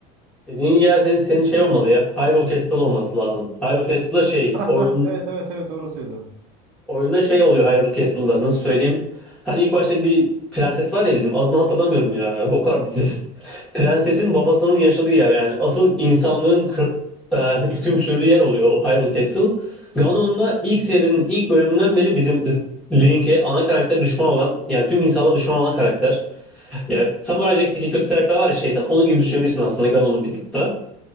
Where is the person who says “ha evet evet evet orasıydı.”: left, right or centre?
Right